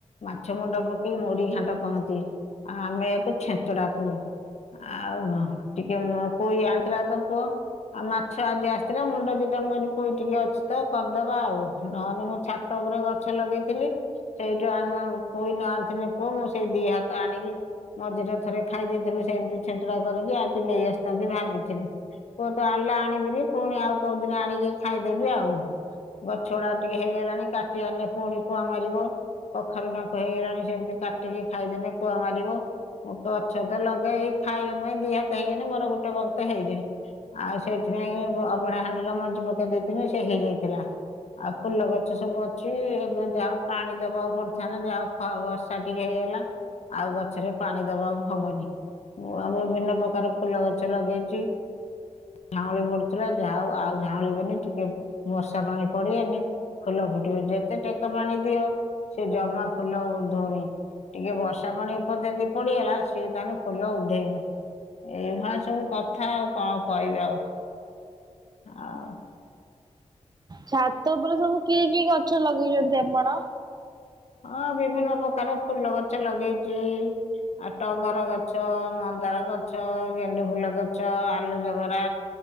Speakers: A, on the left; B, on the right.
A: ମାଛ ମୁଣ୍ଡ ପକେଇକି ମୁଢି ଘାଣ୍ଟ କହନ୍ତି। ଆଉ ଆମେ ୟାକୁ ଛେଞ୍ଚଡା କହୁ ଆଉ ଟିକେ ଉଁ ପୋଇ ଆଣିଥିଲା ତ ପୁଅ ଆଉ ମାଛ ଆଜି ଆସିଥିଲା ମୁଣ୍ଡ ଦିଇଟା ମୁଁ କହିଲି ପୋଇ ଟିକେ ଅଛି ତ କରିଦବା ଆଉ ନହନେ ମୁଁ ଛା ତ ଉପରେ ଗଛ ଲଗେଇଥିଲି ସେଇଠୁ ଆମ ପୋଇ ନ ଆଣିଥିନେ ପୁଅ ମୁଁ ସେଇ ଦି ହାତ ଆଣିକି ମଝିରେ ଥରେ ଖାଇ ଦେଇଥିଲୁ ସେମିତି ଛେଞ୍ଚୁଡା କରିକି ଆଜି ନେଇ ଆସିଥାନ୍ତି ଭାବିଥିଲି। ପୁଅ ତ ଆଣିଲେ ଆଣିବିନି ପୁଣି ଆଉ କୋଉଦିନ ଆଣିକି ଖାଇଦେବି ଆଉ। ଗଛଗୁଡାକ ଟିକେ ହେଇଗଲାଣି କାଟିବାଆନିନେ ପୁଣି କୁଆ ମାରିବ। କଖାରୁ ଡଙ୍କ ହେଇଗଲାଣି ସେମିତି କାଟିକି ଖାଇଦେନେ କୁଆ ମାରିବ। ମୁଁ ତ ହଛ ତ ଲଗେଇ ଖାଇବା ପାଇଁ ଦିହାତ ହେଇଗଲେ ମୋର ଗୋଟେ ବକ୍ତ ହେଇଯାଏ। ଆଉ ସେଇଥିପାଇଁ ଅବଡା ହାଣ୍ଡିରେ ମଞ୍ଜି ପକେଇ ଦେଇଥିନି ସେ ହେଇଯାଇଥିଲା। ଆଉ ଫୁଲ ଗଛ ସବୁ ଅଛି ଏବେ ଯାହଉ ପାଣି ଦବାକୁ ପଡିଥାନ୍ତା ଯାହଉ। ହଊ ବର୍ଷା ଟିକେ ହେଇଗଲା ଆଉ ଗଛରେ। ପାଣି ଦବାକୁ ହବନି ମୁଁ ବିଭିନ୍ନ ପ୍ରକାର ଫୁଲ ଗଛ ଲଗେଇଛି। ଝାଉଁଳି ପଡୁଥିଲା ଯା ହଉ ଆଉ ଝାଉଁଳିିବନି ଟିକେ ବର୍ଷା ପାଣି ପଡିଗନେ। ଫୁଲ ଫୁଟିବ, ଯେତେ ଟେକା ପାଣି ଦିଅ ସେ ଜମା ଫୁଲ ଉଧଉନି। ଟିକେ ବର୍ଷା ପାଣି ଉପରେ ଯଦି ପଡିଗଲା ସିଏ ତାହେଲେ ଫୁଲ ଉଧେଇବ। ଏଇଭଳିଆ ସବୁ କଥା ଆଉ କଣ କହିବି ଆଉ ଆଉ।
B: ଛାତ ଉପରେ ସବୁ କି କି ଗଛ ଲଗେଇଛନ୍ତି ଆପଣ।
A: ହଁ ବିଭିନ୍ନ ପ୍ରକାର ଫୁଲ ଗଛ ଲଗେଇଚି। ଆଉ ଟଗର ଗଛ, ମନ୍ଦାର ଗଛ, ଗେଣ୍ଡୁ ଫୁଲ ଗଛ, ଆଲୁଜେବରା।